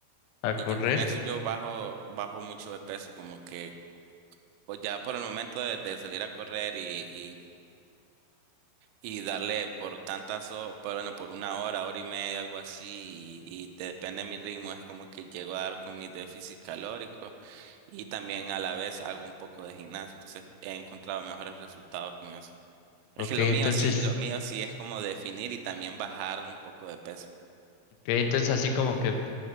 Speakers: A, on the left (about 85°); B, on the right (about 85°).
A: a correr.
B: Y yo con eso yo bajo, bajo mucho de peso, como que pues ya por el momento de, de salir a correr y, y darle por tantas, ho- por, bueno, por una hora, hora y media, algo así, y, y te depende de mi ritmo, es como que llego a dar con mi déficit calórico y también a la vez hago un poco de gimnasio, entonces he encontrado mejores resultados con eso. Es
A: Ok,
B: que lo
A: entonces
B: mío sí, lo mío sí es como definir y también bajar un poco de peso.
A: Ok, entonces así como que,